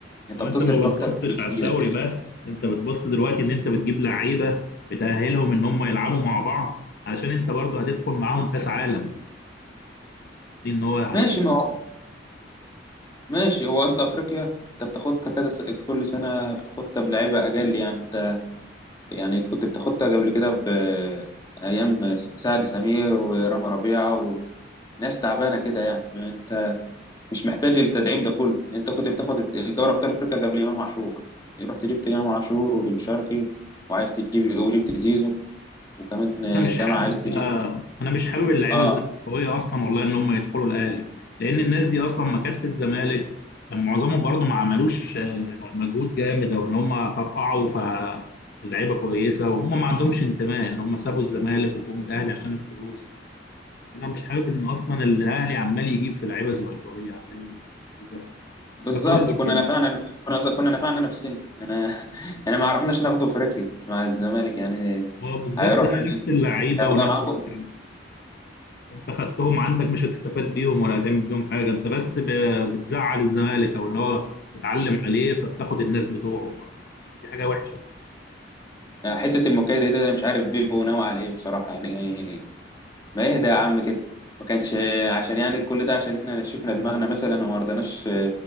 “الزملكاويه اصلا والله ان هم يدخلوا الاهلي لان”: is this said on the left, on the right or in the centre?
Left